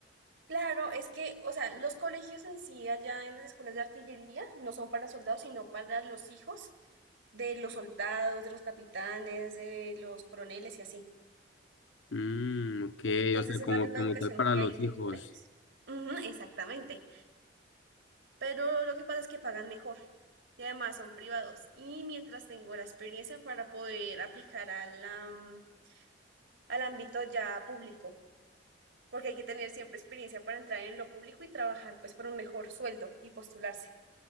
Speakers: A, on the right; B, on the left.
A: Claro, es que, o sea, los colegios en sí, allá en las escuelas de artillería, no son para soldados, sino para los hijos de los soldados, de los capitanes, de los coroneles y así.
B: Mm, ok,
A: Entonces
B: o sea,
A: es
B: como,
A: la misma
B: como
A: educación
B: tal para
A: que
B: los
A: hay aquí
B: hijos.
A: en los colegios. Ujú, exactamente. Pero lo que pasa es que pagan mejor y además son privados. Y mientras tengo la experiencia para poder aplicar a la, mm, al ámbito ya público, porque hay que tener siempre experiencia para entrar en lo público y trabajar pues por un mejor sueldo y postularse.